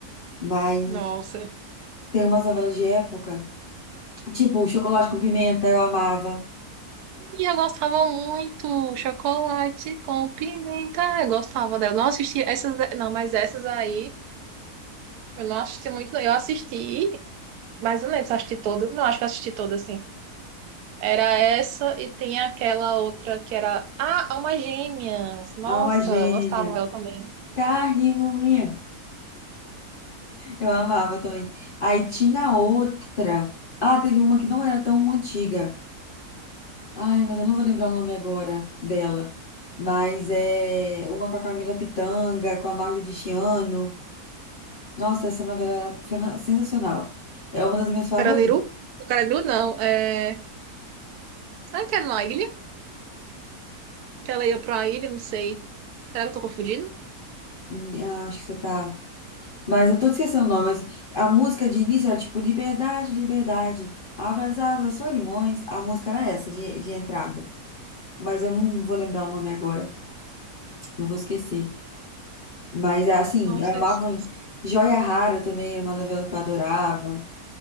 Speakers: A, on the left; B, on the right.
A: Mas
B: Nossa.
A: tem umas novelas de época, tipo o Chocolate com Pimenta, eu amava.
B: E eu gostava muito. Chocolate com pimenta. Eu gostava dela. Não assisti essas, não, mas essas aí eu não assisti muito. não. Eu assisti, mas eu não lembro se eu assisti todas. Não, acho que eu assisti todas, Era essa e tem aquela outra que era. Ah, Almas Gêmeas! Nossa,
A: Alma Gêmea,
B: eu gostava dela também.
A: Carne e Unha, eu amava também. Aí tinha outra. Ah, teve uma que não era tão antiga. Ai, mas eu não vou lembrar o nome agora dela. Mas é uma com a Camila Pitanga, com a Marjorie Chiano. Nossa, essa novela era fena- sensacional. É uma das minhas favoritas.
B: Carandiru? O Carandiru não. É... Será que era na ilha? Que ela ia pra uma ilha, não sei. Será que eu tô confundindo?
A: Hum, ah, Acho que você tá. Mas eu tô esquecendo o nome. Mas a música de início era tipo Liberdade, Liberdade. Abra as águas, só limões. A música era essa de, de entrada. Mas eu não vou lembrar o nome agora. Não vou esquecer. Mas assim,
B: Não
A: eu
B: sei.
A: amava.
B: se-
A: um Joia Rara também era uma novela que eu adorava.